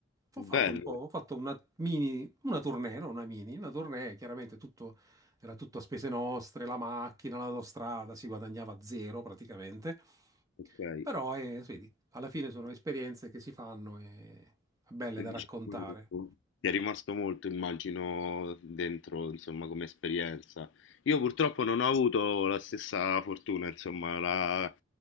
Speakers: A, on the right; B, on the left.
A: ho fatto
B: Bello,
A: un po', ho fatto una mini, una tournée, no, una mini, una tournée, chiaramente tutto, era tutto a spese nostre, la macchina, l'autostrada, si guadagnava zero praticamente,
B: ok.
A: però eh, vedi, alla fine sono esperienze che si fanno e belle
B: E
A: da
B: diciamo,
A: raccontare.
B: ti è rimasto molto, immagino, dentro, insomma, come esperienza. Io purtroppo non ho avuto la stessa fortuna, insomma, la,